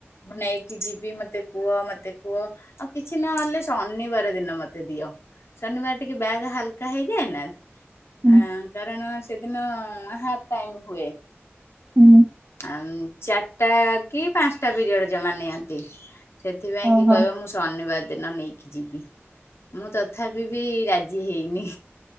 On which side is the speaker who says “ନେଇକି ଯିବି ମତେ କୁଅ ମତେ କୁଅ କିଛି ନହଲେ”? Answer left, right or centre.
Left